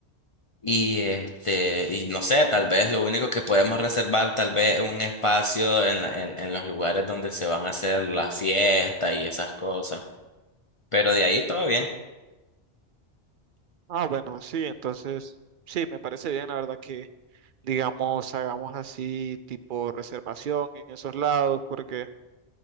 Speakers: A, on the left (about 30°); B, on the right (about 55°).
A: Y este, y no sé, tal vez lo único que podemos reservar, tal vez un espacio en, la- en, en los lugares donde se van a hacer las fiestas y esas cosas. Pero de ahí todo bien.
B: Ah, bueno, sí, entonces, sí, me parece bien, la verdad que, digamos, hagamos así tipo reservación en esos lados porque